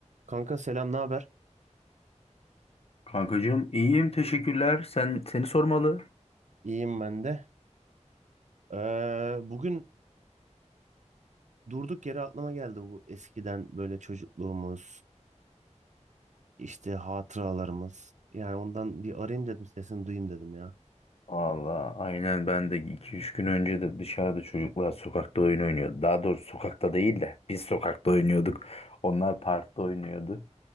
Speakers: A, on the right (about 70°); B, on the left (about 55°).
A: Kanka selam, ne haber?
B: Kankacığım iyiyim teşekkürler. Sen seni sormalı.
A: İyiyim ben de. Ee, bugün durduk yere aklıma geldi bu eskiden böyle çocukluğumuz, işte hatıralarımız. Yani ondan bir arayayım dedim, sesini duyayım dedim ya.
B: Allah aynen ben de iki üç gün önce de dışarıda çocuklar sokakta oyun oynuyordu. Daha doğrusu sokakta değil de biz sokakta oynuyorduk. Onlar parkta oynuyordu.